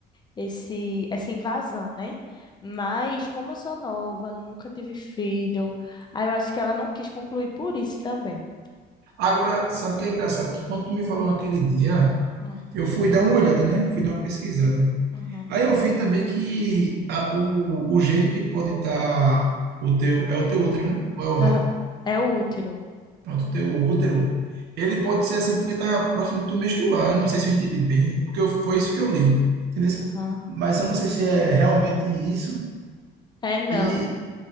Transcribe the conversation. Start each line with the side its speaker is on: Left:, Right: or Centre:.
Left: esse, essa invasão, né? Mas como eu sou nova, nunca tive filho, aí eu acho que ela não quis concluir por isso também.
Right: Agora, sabe o que é engraçado? Que quando tu me falou naquele dia,
Left: Hum,
Right: eu fui dar uma olhada, né? Fui dar uma pesquisada.
Left: uhum.
Right: Aí eu vi também que a- o, o jeito que pode estar o teu, é o teu útero, né? Ou é o ovário?
Left: Ah, É útero.
Right: Pronto, teu útero, ele pode ser assim porque tá próximo do teu menstruar. Eu não sei se eu entendi bem, porque eu- foi isso que eu li, entendeu?
Left: Aham.
Right: Mas eu não sei se é realmente isso
Left: É não,
Right: e